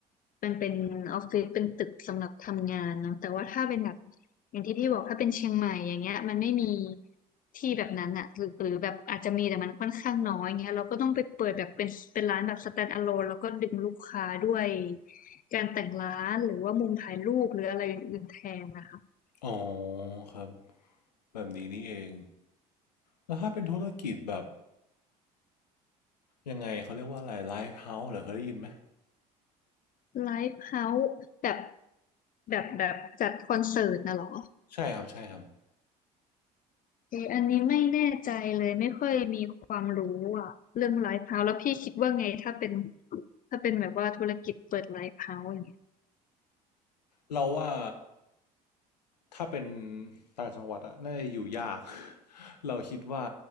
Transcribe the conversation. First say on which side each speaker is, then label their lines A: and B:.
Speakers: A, on the left; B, on the left.
A: มันเป็นออฟฟิศเป็นตึกสำหรับทำงานเนาะแต่ว่าถ้าเป็นแบบอย่างที่พี่บอกถ้าเป็นเชียงใหม่อย่างเงี้ยมันไม่มีที่แบบนั้นอะหรือหรือแบบอาจจะมีแต่มันค่อนข้างน้อยเงี้ยเราก็ต้องไปเปิดแบบเป็นเป็นร้านแบบ stand alone แล้วก็ดึงลูกค้าด้วย การแต่งร้านหรือว่ามุมถ่ายรูปหรืออะไรอื่นๆแทนนะคะ
B: อ๋อครับ แบบนี้นี่เอง แล้วถ้าเป็นธุรกิจแบบยังไงเขาเรียกว่าอะไรไลฟ์เฮาส์เหรอเคยได้ยินไหม
A: ไลฟ์เฮาส์แบบแบบแบบจัดคอนเสิร์ตนะเหรอ
B: ใช่ครับใช่ครับ
A: เอออันนี้ไม่แน่ใจเลยไม่ค่อยมีความรู้อ่ะเรื่องไลฟ์เฮาส์แล้วพี่คิดว่าไงถ้าเป็นถ้าเป็นแบบว่าธุรกิจเปิดไลฟ์เฮาส์อย่างเงี้ย
B: เราว่าถ้าเป็นต่างจังหวัดอะน่าจะอยู่ยาก <laughs> เราคิดว่า